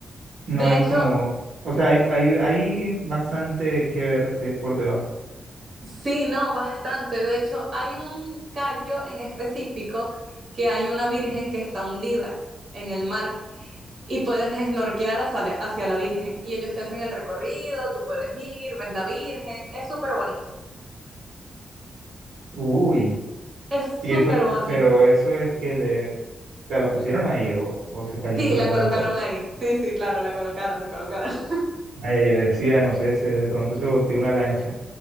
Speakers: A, on the right; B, on the right.
A: no
B: De
A: hay
B: hecho,
A: como, o sea, hay, hay, hay bastante que ver de, por debajo.
B: Sí, no, bastante. De hecho, hay un callo en específico que hay una virgen que está hundida en el mar y puedes snorkear hacia, hacia la virgen. Y ellos te hacen el recorrido, tú puedes ir, ves la virgen. Es súper bonito.
A: Uy,
B: Es
A: y
B: súper
A: eso,
B: bonito.
A: pero eso es que de, o sea la pusieron ahí o, o se cayó
B: Sí,
A: por
B: la
A: alguna
B: colocaron
A: cosa.
B: ahí. Sí, sí, claro, la colocaron, la colocaron. <laughs>
A: Ay, yo decía, no sé, se, de pronto se volteó una lancha